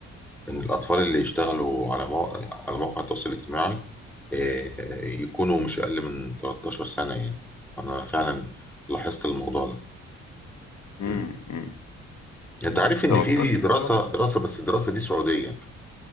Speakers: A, in the centre; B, on the left.
A: ان الاطفال اللي يشتغلوا على مواقع على مواقع التواصل الاجتماعي آه، يكونوا مش اقل من 13 سنة يعني انا فعلا لاحظت الموضوع ده
B: امم
A: مم.
B: امم
A: انت عارف ان
B: 13
A: في دراسة
B: سنة
A: دراسة بس الدراسة دي سعودية